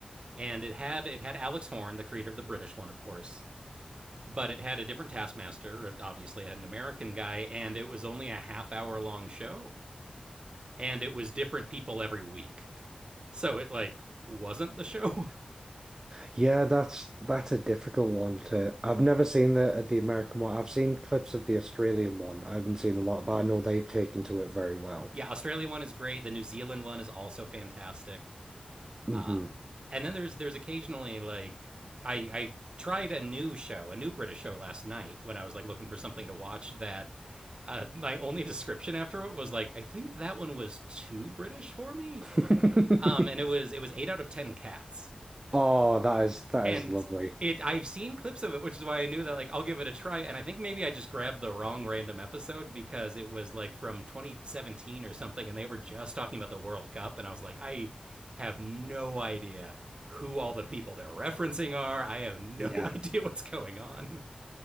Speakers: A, on the right (about 45°); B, on the right (about 25°).
A: and it had it had Alex Horn, the creator of the British one, of course, but it had a different Taskmaster. Obviously, it had an American guy, and it was only a half hour long show, and it was different people every week. So it like wasn't the show. <laughs>
B: Yeah, that's that's a difficult one to. I've never seen the the American one. I've seen clips of the Australian one. I haven't seen a lot, but I know they've taken to it very well.
A: yeah, Australia one is great. The New Zealand one is also fantastic.
B: hmm
A: Um, and then there's there's occasionally like I I tried a new show, a new British show last night when I was like looking for something to watch. That uh, my only description after it was like I think that one was too British for me.
B: <laughs>
A: Um, and it was it was eight out of ten cats
B: Oh, that is that
A: and
B: is lovely.
A: it I've seen clips of it, which is why I knew that like I'll give it a try. And I think maybe I just grabbed the wrong random episode because it was like from 2017 or something, and they were just talking about the World Cup, and I was like, I have no idea who all the people they're referencing are. I have no
B: Yeah.
A: <laughs> idea what's going on.